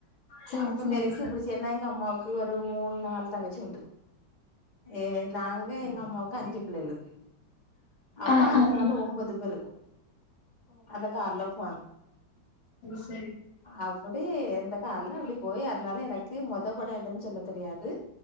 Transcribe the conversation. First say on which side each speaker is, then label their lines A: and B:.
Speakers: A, on the left (about 70°); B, on the left (about 20°).
A: சேரி
B: அப்ப நெருக்கு
A: சேரி சேரி
B: புடிச்சன்னா எங்க அம்மாவுக்கு ஒரு மூணு நாள் தங்கச்சி வந்துண்டு ஏ நாங்க எங்க அம்மாவுக்கு அஞ்சு பிள்ளைகளு அப்போ
A: ஆ
B: அஞ்சு
A: ஆ
B: நாளு
A: ஆ
B: ஒம்பது பேரு இருக்கு அந்த கார்ல போனோ
A: செரி
B: அப்டி எந்த கார்லா அப்டி போய் அதனால எனக்கு மொத பட எதுன்னு சொல்ல தெரியாது